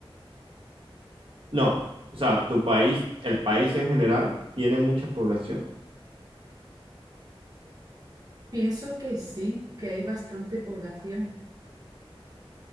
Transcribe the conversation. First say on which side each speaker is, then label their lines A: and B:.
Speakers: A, on the right; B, on the right.
A: No, o sea, tu país, el país en general, tiene mucha población,
B: Pienso que sí, que hay bastante población.